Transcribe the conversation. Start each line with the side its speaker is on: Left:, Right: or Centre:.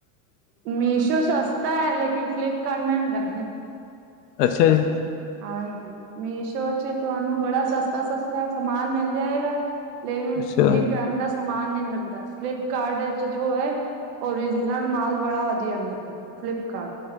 Right: ਮੀਸ਼ੋ ਸਸਤਾ ਹੈ ਲੇਕਨ ਫਲਿਪਕਾਰਡ ਮਹਿੰਗਾ ਹੈ।
Left: ਅੱਛਾ ਜੀ।
Right: ਹਾਂਜੀ ਮੀਸ਼ੋ ਚ ਤੁਹਾਨੂੰ ਬੜਾ ਸਸਤਾ -ਸਸਤਾ ਸਮਾਨ ਮਿਲ ਜਾਏਗਾ ਲੇਕਿਨ
Left: ਅੱਛਾ
Right: ਠੀਕ ਢੰਗ ਦਾ ਸਮਾਨ ਨਹੀਂ ਮਿਲਦਾ ਫਲਿਪਕਾਰਡ ਵਿੱਚ ਜੋ ਹੈ। ਔਰੀਜਨਲ ਮਾਲ ਬੜਾ ਵਧੀਆ ਮਿਲਦਾ ਫਲਿਪਕਾਰਟ